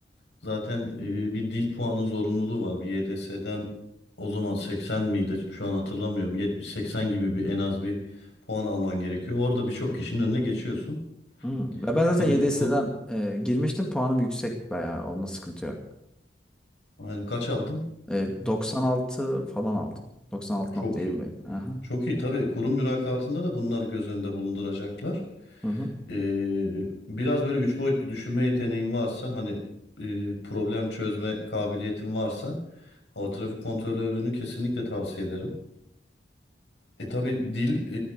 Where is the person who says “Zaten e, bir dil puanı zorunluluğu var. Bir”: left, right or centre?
Left